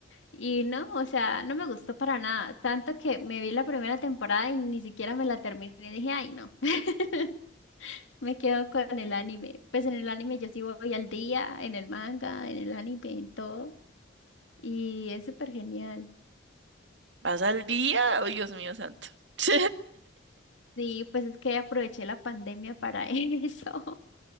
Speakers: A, on the left; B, on the right.
A: Y no, o sea, no me gustó para nada. Tanto que me vi la primera temporada y ni siquiera me la terminé. Dije, ay, no. <laughs> Me quedo con el anime. Pues en el anime yo sí voy al día, en el manga, en el anime, en todo. Y es súper genial.
B: ¿vas al día? Oh, Dios mío santo. <laughs>
A: Sí, pues es que aproveché la pandemia para <laughs> eso.